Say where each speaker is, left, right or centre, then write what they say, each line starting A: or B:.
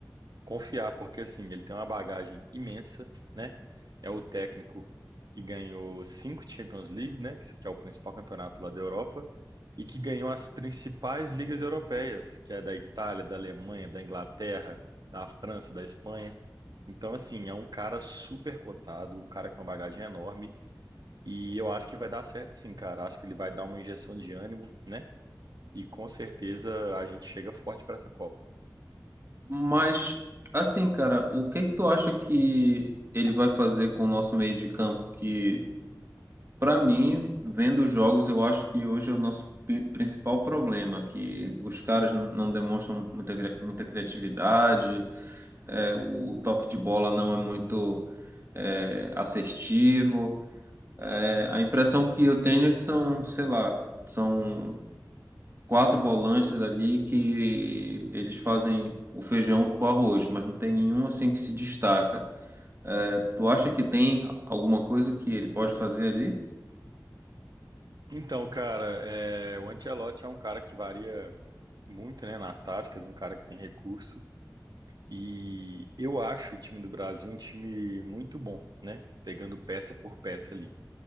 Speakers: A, on the right; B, on the right.
A: confiar, porque assim, ele tem uma bagagem imensa, né? É o técnico que ganhou cinco Champions League, né? Que é o principal campeonato lá da Europa. E que ganhou as principais ligas europeias, que é da Itália, da Alemanha, da Inglaterra, da França, da Espanha. Então, assim, é um cara super cotado, um cara com uma bagagem enorme. E eu acho que vai dar certo sim, cara. Acho que ele vai dar uma injeção de ânimo, né? E com certeza a gente chega forte para essa Copa.
B: Mas, assim, cara, o que que tu acha que ele vai fazer com o nosso meio de campo que Para mim, vendo os jogos, eu acho que hoje é o nosso pri- principal problema, que os caras não, não demonstram muita, cri- muita criatividade, é, o toque de bola não é muito é, assertivo. É, a impressão que eu tenho é que são, sei lá, são quatro volantes ali que eles fazem o feijão com arroz, mas não tem nenhum assim que se destaca. É, tu acha que tem alguma coisa que ele pode fazer ali?
A: Então, cara, é, o Ancelotti é um cara que varia muito, né, nas táticas, um cara que tem recurso. E eu acho o time do Brasil um time muito bom, né? Pegando peça por peça ali.